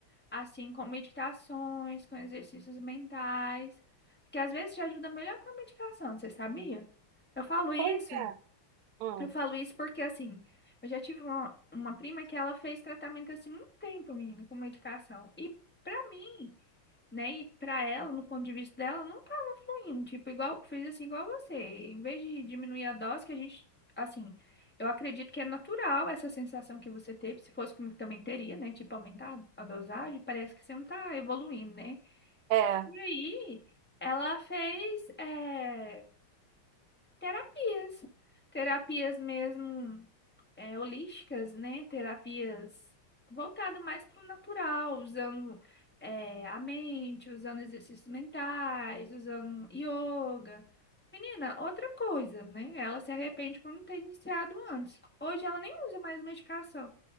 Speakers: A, in the centre; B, on the right (about 85°).
A: assim, com meditações, com exercícios mentais, que às vezes te ajuda melhor que a medicação, você sabia? Eu falo isso.
B: Pois é. Hum,
A: Eu falo isso porque, assim, eu já tive uma, uma prima que ela fez tratamento assim muito tempo, menina, com medicação. E pra mim, né, e pra ela, no ponto de vista dela, não tava fluindo. Tipo, igual, fez assim igual você. Em vez de diminuir a dose, que a gente, assim, eu acredito que é natural essa sensação que você teve. Se fosse comigo também teria, né? Tipo, aumentar a dosagem, parece que você não tá evoluindo, né?
B: é.
A: E aí, ela fez. eh, Terapias. Terapias mesmo é, holísticas, né? Terapias voltadas mais para o natural, usando é, a mente, usando exercícios mentais, usando yoga. Menina, outra coisa, né? Ela se arrepende por não ter iniciado antes. Hoje ela nem usa mais medicação.